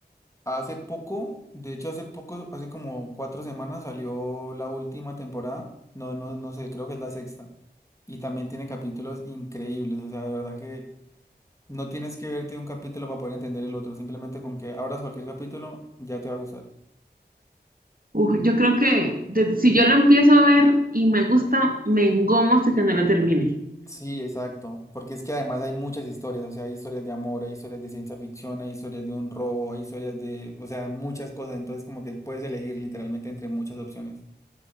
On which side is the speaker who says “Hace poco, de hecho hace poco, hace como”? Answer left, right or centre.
Left